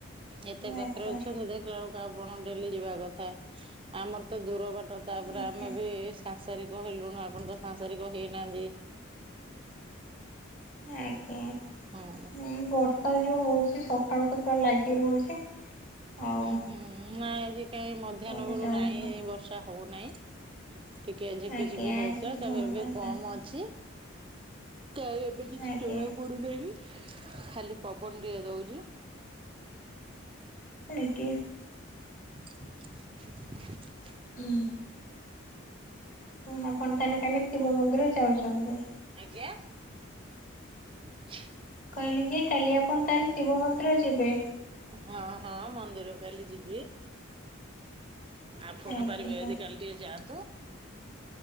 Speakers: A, on the right; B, on the left.
A: ଏତେ ପାଖରେ
B: ଆଜ୍ଞା
A: ଅଛନ୍ତି ଦେଖ। ବେଳକୁ ଆପଣ ଡେଲି ଯିବା କଥା ଆମର ତ ଦୂର ବାଟ ତାପରେ
B: ଆଜ୍ଞା।
A: ଆମେ ବି ସାଂସାରିକ ହେଲୁଣି ଆପଣ ତ ସାଂସାରିକ ହେଇନାହାନ୍ତି।
B: ଆଜ୍ଞା
A: ହୁଁ
B: ଏ ବର୍ଷା ଯୋଉ ହଉଛି ସକାଳୁ ତ ପୁରା ଲାଗି ରହୁଛି। ଆଉ
A: ହୁଁ ହୁଁ ନାଇଁ ଆଜି କାହିଁ ମଧ୍ୟାହ୍ନ
B: କୁଆଡେ
A: ବେଳୁ
B: ଯାଉଛୁ
A: ନାହିଁ ବର୍ଷା ହଉନାହିଁ। ଟିକେ ଝିପିଝିପି
B: ଆଜ୍ଞା ଆଜି
A: ହଉଥିଲା
B: ଟିକେ
A: ତାପରେ
B: ହଉନା
A: ଏବେ କମ
B: ଆଜ୍ଞା।
A: ଅଛି। ତ ଏବେ କିଛି
B: ଆଜ୍ଞା
A: ଜଣାକୁ ପଡୁନାହିଁ ଖାଲି ପବନ ଟେ ଦଉଛି।
B: ଆଜ୍ଞା।
A: <inaudible>
B: ହ। ହଁ ଆପଣ ତାହେଲେ କାଲି ଶିବ ମନ୍ଦିର ଯାଉଛନ୍ତି।
A: ଆଜ୍ଞା <inaudible>
B: କହିଲି ଯେ କାଲି ଆପଣ ତାହେଲେ ଶିବ ମନ୍ଦିର ଯିବେ।
A: ହଁ ହଁ ମନ୍ଦିର କାଲି ଯିବି। ଆପଣ
B: ଆଜ୍ଞା।
A: ପାରିବେ ଯଦି କାଲି ଟିକେ ଯାଆନ୍ତୁ।